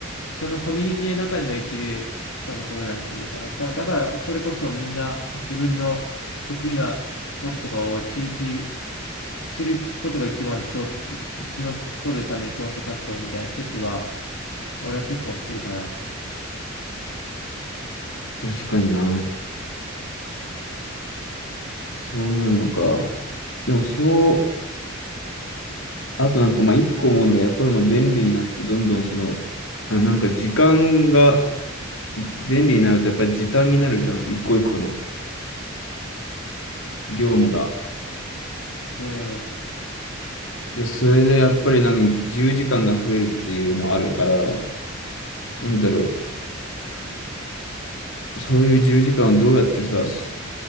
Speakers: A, on the left (about 85°); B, on the left (about 75°).
A: そのコミュニティの中での一流しか残らないって意味かな。だ、だからそれこそみんな自分の得意なこととかを追求することが一番のショート、い生き残るためのショートカットみたいな説は、俺は結構してるかな。
B: 確かにな。そうなるのか。でもそう。あとなんかまあ一個思うのがやっぱりまあ便利になってどんどんその、あ、なんか時間が便利になるとやっぱり時短になるじゃん、一個一個の業務が。
A: うん。
B: で、それでやっぱりなんか自由時間が増えるっていうのあるから、なんだろう、そういう自由時間をどうやってさ、す